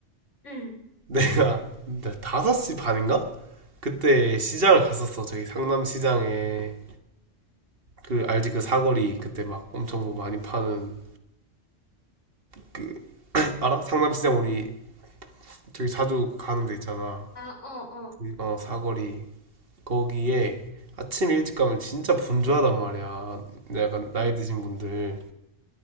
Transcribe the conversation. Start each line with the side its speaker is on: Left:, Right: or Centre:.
Left: 응응응
Right: 내가 다섯시 반인가? 그때 시장을 갔었어. 저기 상남 시장에 그 알지 그 사거리 그때 막 엄청 뭐 많이 파는 그 알아? 상남 시장 우리 되게 자주 가는 데 있잖아.
Left: 아, 어, 어,
Right: 어 사거리 거기에 아침 일찍 가면 진짜 분주하단 말이야. 약간 나이
Left: 응응
Right: 드신 분들